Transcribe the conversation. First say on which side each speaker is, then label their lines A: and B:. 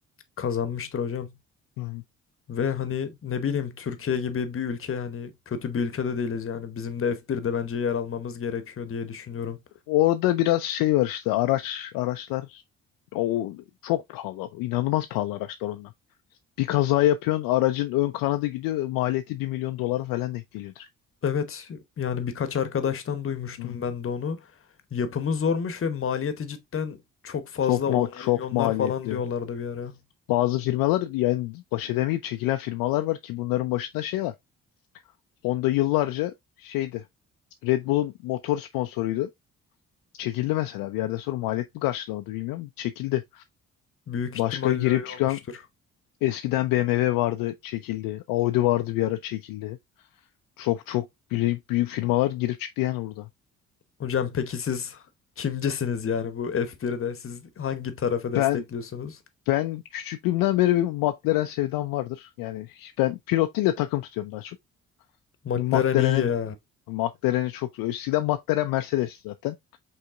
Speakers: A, on the left; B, on the left.
A: Kazanmıştır hocam.
B: Hı.
A: Ve hani ne bileyim Türkiye gibi bir ülke hani kötü bir ülkede değiliz yani. Bizim de F1'de bence yer almamız gerekiyor diye düşünüyorum.
B: Orada biraz şey var işte araç araçlar O çok pahalı. İnanılmaz pahalı araçlar onlar. Bir kaza yapıyorsun aracın ön kanadı gidiyor. Maliyeti bir milyon dolara falan denk geliyordur.
A: Evet yani birkaç arkadaştan duymuştum
B: Hı.
A: ben de onu. Yapımı zormuş ve maliyeti cidden çok fazla
B: Çok
A: 10
B: ma çok
A: milyonlar
B: maliyetli.
A: falan diyorlardı bir ara.
B: Bazı firmalar yani baş edemeyip çekilen firmalar var ki bunların başında şey var. Honda yıllarca şeydi. Red Bull'un motor sponsoruydu. Çekildi mesela. Bir yerde sonra maliyet mi karşılamadı bilmiyorum. Çekildi.
A: Büyük ihtimalle
B: Başka girip
A: öyle
B: çıkan
A: olmuştur.
B: eskiden BMW vardı çekildi. Audi vardı bir ara çekildi. Çok çok büyük, büyük firmalar girip çıktı yani burada.
A: Hocam peki siz kimcisiniz yani bu F1'de? Siz hangi tarafı destekliyorsunuz?
B: Ben ben küçüklüğümden beri bir McLaren sevdam vardır. Yani ben pilot değil de takım tutuyorum daha çok.
A: McLaren
B: McLaren'e
A: iyi ya.
B: McLaren'i çok eskiden McLaren Mercedes zaten.